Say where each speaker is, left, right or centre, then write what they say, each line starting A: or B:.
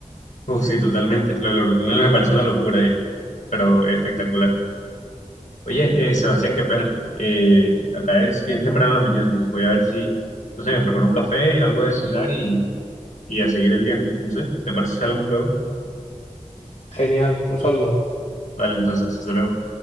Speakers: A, on the left; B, on the left.
A: Uf, sí, totalmente. Lo del Eurotúnel me parece una locura, y- pero espectacular. Oye, eh, Sebastián, qué pena. Eh, acá es bien temprano en la mañana, entonces voy a ver si, no sé, me preparo un café, algo de desayunar y, y a seguir el día. Entonces, no sé, ¿te parece si hablamos luego?
B: Genial, un saludo.
A: Vale, entonces, hasta luego.